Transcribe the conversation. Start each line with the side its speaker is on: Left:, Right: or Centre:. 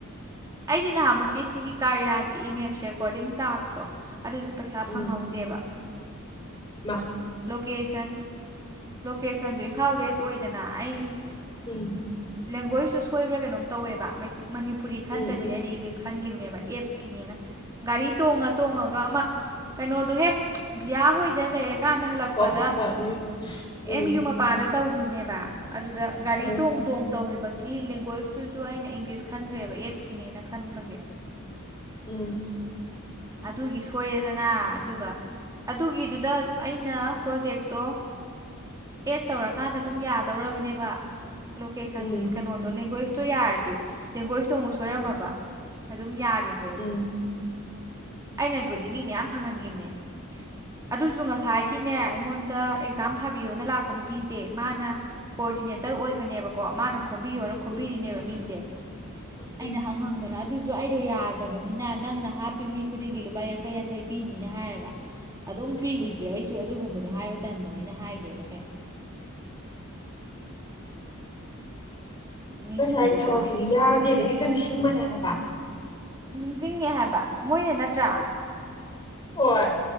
Right: ꯑꯩꯗꯤ ꯅꯍꯥꯟꯃꯨꯛꯀꯤ ꯁꯤꯒꯤ ꯀꯥꯔꯤꯌꯥꯒꯤ ꯏꯃꯦꯖ ꯔꯦꯀꯣꯔꯗꯤꯡ ꯇꯥꯛꯁꯇꯣ ꯑꯗꯨꯁꯨ ꯄꯩꯁꯥ
Left: ꯎꯝ
Right: ꯐꯪꯍꯧꯗꯦꯕ
Left: ꯃꯥ
Right: ꯂꯣꯀꯦꯁꯟ ꯂꯣꯀꯦꯁꯟꯁꯨ ꯏꯝꯐꯥꯜ ꯋꯦꯁ ꯑꯣꯏꯗꯅ ꯑꯩ
Left: ꯎꯝ
Right: ꯂꯦꯡꯒ꯭ꯋꯦꯖꯁꯨ ꯁꯣꯏꯕ꯭ꯔꯥ ꯀꯩꯅꯣꯝ ꯇꯧꯋꯦꯕꯩ ꯃꯅꯤꯄꯨꯔꯤ ꯈꯟꯗꯕꯤꯗ
Left: ꯎꯝ ꯎꯝ ꯎꯝ
Right: ꯑꯩꯅ ꯏꯪꯂꯤꯁ ꯈꯟꯈꯤꯕꯅꯦꯕ ꯑꯦꯞꯁꯀꯤꯅꯦꯅ ꯒꯥꯔꯤ ꯇꯣꯡꯉ ꯇꯣꯡꯉꯒ ꯑꯃ ꯀꯩꯅꯣꯗꯣꯍꯦ ꯕꯤꯌꯥ ꯍꯣꯏꯗ ꯂꯩꯔꯀꯥꯟꯗ ꯍꯜꯂꯛꯄꯗ
Left: ꯍꯣ ꯍꯣ ꯍꯣꯏ ꯎꯝ
Right: ꯑꯦꯝ ꯌꯨ ꯃꯄꯥꯗ ꯇꯧꯈꯤꯕꯅꯦꯕ ꯑꯗꯨꯗ ꯒꯥꯔꯤ
Left: ꯎꯝ
Right: ꯊꯣꯡ
Left: ꯎꯝ
Right: ꯇꯣꯡ ꯇꯧꯈꯤꯕ ꯒꯤ ꯂꯦꯡꯒ꯭ꯋꯦꯁꯇꯨꯁꯨ ꯑꯩꯅ ꯏꯪꯂꯤꯁ ꯈꯟꯈ꯭ꯔꯦꯕ ꯑꯦꯞꯁꯀꯤꯅꯦꯅ ꯈꯟꯕꯒꯤ
Left: ꯎꯝ
Right: ꯑꯗꯨꯒꯤ ꯁꯣꯏꯔꯦꯗꯅ ꯑꯗꯨꯒ ꯑꯗꯨꯒꯤꯗꯨꯗ ꯑꯩꯅ ꯄ꯭ꯔꯣꯖꯦꯛꯇꯣ ꯑꯦꯠ ꯇꯧꯔꯀꯥꯟꯗ ꯑꯗꯨꯝ ꯌꯥꯗꯧꯔꯕꯅꯦꯕ ꯂꯣꯀꯦꯁꯟ
Left: ꯎꯝ ꯎꯝ
Right: ꯀꯩꯅꯣꯗꯣ ꯂꯦꯡꯒ꯭ꯋꯦꯁꯇꯣ ꯌꯥꯔꯗꯤ ꯂꯦꯡꯒ꯭ꯋꯦꯁꯇꯣ ꯑꯃꯨꯛ ꯊꯣꯏꯔꯝꯃꯕ ꯑꯗꯨꯝ ꯌꯥꯈꯤꯗ꯭ꯔꯦ ꯑꯩꯩꯅꯣ
Left: ꯎꯝ
Right: ꯑꯩꯅꯕꯨꯗꯤ ꯃꯤ ꯃꯌꯥꯝ ꯐꯪꯍꯟꯈꯤꯕꯅꯦ ꯑꯗꯨꯁꯨ ꯉꯁꯥꯏ ꯁꯤꯅꯦ ꯑꯩꯉꯣꯟꯗ ꯑꯦꯛꯖꯥꯝ ꯊꯥꯕꯤꯌꯣꯅ ꯂꯥꯛꯄ ꯅꯨꯄꯤꯁꯦ ꯃꯥꯅ ꯀꯣꯑꯣꯗꯤꯅꯦꯠ ꯑꯣꯏꯕꯅꯦꯕꯀꯣ ꯃꯥꯅ ꯈꯣꯝꯕꯤꯌꯣꯅ ꯈꯣꯝꯕꯤꯔꯤꯅꯦꯕ
Left: ꯎꯝ
Right: ꯃꯤꯁꯦ ꯑꯩꯅ
Left: ꯎꯝ
Right: ꯍꯪ ꯍꯪꯗꯅ ꯑꯗꯨ ꯁꯨ ꯑꯩꯗꯣ ꯌꯥꯗ꯭ꯔꯕꯅꯤꯅ ꯅꯪꯅ ꯍꯥꯞꯄꯤ ꯃꯤ ꯈꯨꯗꯤꯡꯒꯤ ꯂꯨꯄꯥ ꯌꯥꯡꯈꯩ ꯌꯥꯡꯈꯩ ꯄꯤꯅꯤꯅ ꯍꯥꯏꯔꯒ ꯑꯗꯨꯝ ꯄꯤꯈꯤꯗ꯭ꯔꯦ
Left: ꯎꯝ
Right: ꯑꯩꯁꯨ ꯑꯗꯨꯒꯨꯝꯕꯗꯣ ꯍꯥꯏꯕ ꯇꯟꯕꯅꯤꯅ ꯍꯥꯏꯗꯦꯕ ꯀꯩ ꯃꯤꯁꯤꯡꯁꯦꯀꯣ
Left: ꯄꯩꯁꯥ ꯑꯩ ꯊꯕꯛꯁꯤꯗꯤ ꯌꯥꯗꯦꯅ ꯍꯦꯛꯇ ꯅꯤꯡꯁꯤꯡꯕꯅꯦ ꯍꯥꯏꯕ
Right: ꯅꯤꯡꯁꯤꯡꯉꯦ ꯍꯥꯏꯕ ꯃꯣꯏꯅ ꯅꯠꯇ꯭ꯔꯥ
Left: ꯍꯣꯏ